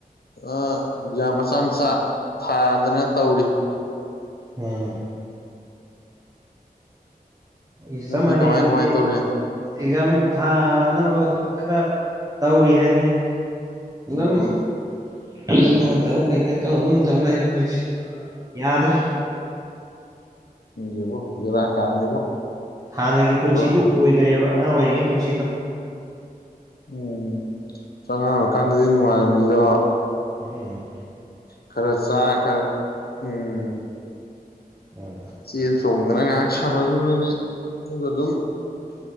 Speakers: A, on the left; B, on the right.
A: ꯑ ꯑꯦꯛꯖꯥꯝ ꯃꯆꯥ ꯃꯆꯥ ꯊꯥꯗꯅ ꯇꯧꯔꯤ
B: ꯎꯝ ꯏꯁ
A: ꯅꯣꯏꯗꯤ
B: ꯆꯞ ꯃꯥꯅꯩ
A: ꯀꯃꯥꯏ
B: ꯑꯗꯨꯗꯤ
A: ꯀꯃꯥꯏ ꯇꯧꯔꯤ
B: ꯑꯦꯛꯖꯥꯝ ꯊꯥꯅꯕ ꯈꯔ ꯇꯧꯔꯤ ꯍꯥꯏꯗꯨꯅꯦ <unintelligible>
A: ꯎꯝ
B: ꯑꯗꯨꯝ ꯈꯔ ꯇꯧ ꯀꯩꯀꯥ ꯇꯧ ꯑꯗꯨꯝ ꯇꯧ ꯂꯩꯔꯦ ꯍꯧꯖꯤꯛꯁꯦ ꯌꯥꯗ꯭ꯔꯦ
A: ꯈꯪꯗꯦꯕꯣ ꯕꯦꯔꯥ ꯀꯥꯔꯦꯕꯣ
B: ꯍꯥꯟꯅꯒꯤ ꯄꯨꯟꯁꯤꯗꯨ
A: ꯀꯣ
B: ꯑꯣꯏꯗ꯭ꯔꯦꯕ ꯑꯉꯥꯡ ꯑꯣꯏꯔꯤꯉꯩ ꯄꯨꯟꯁꯤꯗꯣ
A: ꯎꯝ ꯑꯁ ꯑꯉꯥꯡ ꯑꯣꯏꯀꯥꯟꯗꯗꯤ ꯅꯨꯡꯉꯥꯏꯕꯅꯤꯗꯣ
B: ꯎꯝ
A: ꯈꯔ ꯆꯥ ꯈꯔ ꯎꯝ
B: ꯎꯝ
A: ꯆꯦꯟ ꯆꯣꯡꯗꯅ ꯉꯥꯏꯍꯥꯛ ꯁꯥꯟꯅꯔꯨꯔꯅꯤ ꯑꯗꯨꯒ ꯑꯗꯨꯝ